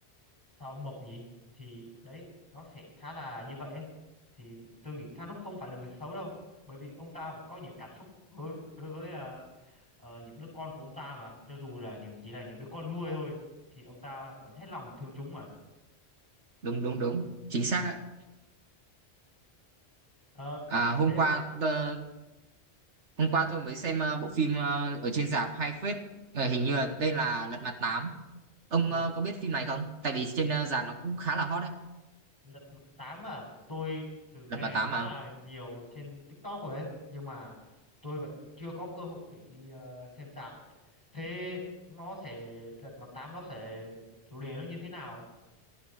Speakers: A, on the right; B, on the right.
A: sao Mộc nhỉ thì đấy nó sẽ khá là như vậy ấy thì tôi nghĩ Thanos không phải là người xấu đâu bởi vì ông ta vẫn có những cảm xúc đối đối với à, ờ, những đứa con của ông ta mà cho dù là những chỉ là những đứa con nuôi thôi thì ông ta vẫn hết lòng thương chúng mà
B: đúng đúng đúng, chính xác ạ.
A: Ờ,
B: À, hôm
A: thế
B: qua ờ, hôm qua tôi mới xem ờ, bộ phim ờ, ở trên rạp hay phết, Ờ, hình như là tên là Lật Mặt Tám. Ông
A: ồ
B: ờ, có biết phim này không? Tại vì trên ờ, rạp nó cũng khá là hot đấy,
A: Lật mặt tám à? Tôi từng
B: Lật
A: nghe
B: Mặt Tám
A: khá
B: mà.
A: là nhiều trên TikTok rồi ấy, nhưng mà tôi vẫn chưa có cơ hội để đi ờ, xem rạp. Thế nó sẽ lật mặt tám nó sẽ chủ đề nó như thế nào?